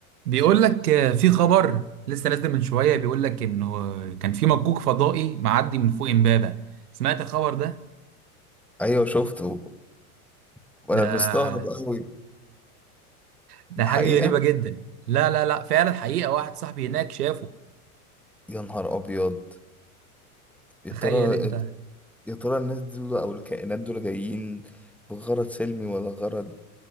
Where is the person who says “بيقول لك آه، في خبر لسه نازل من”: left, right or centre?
Right